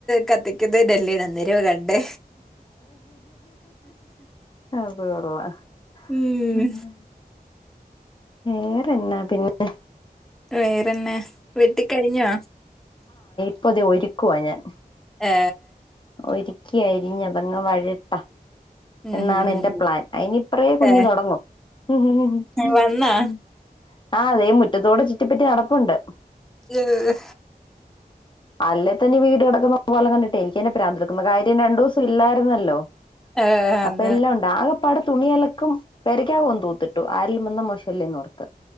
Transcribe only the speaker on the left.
അത് കൊള്ളാ
ആ വേറെന്നാ പിന്നെ
ഇപ്പതേ ഒരുക്കുവാ ഞാൻ
ഒരിക്കി അരിഞ്ഞ് അതങ്ങ് വഴട്ടാം
എന്നാണ്
എന്റെ
പ്ലാൻ അയിനിപ്പരേ കുഞ്ഞ്
തുടങ്ങും മ്ഹ് മ്ഹ്
ആ തേ മു തോടെ ചുറ്റിപ്പറ്റി നടപ്പുണ്ട്
അല്ലേ തന്നെ വീട് കിടക്കുന്ന കോലം കണ്ടിട്ട് എനിക്കന്നെ പ്രാന്തെടുക്കുന്നു. കാര്യം രണ്ടൂസം ഇല്ലായിരുന്നല്ലോ.
അപ്പൊ എല്ലാം ഉണ്ട് ആകെപ്പാടെ തുണിഅലക്കും പേരക്കാകം ഒന്ന് തൂത്തിട്ടു ആരേലും വന്നാൽ മോശമല്ലേയെന്നോർത്തു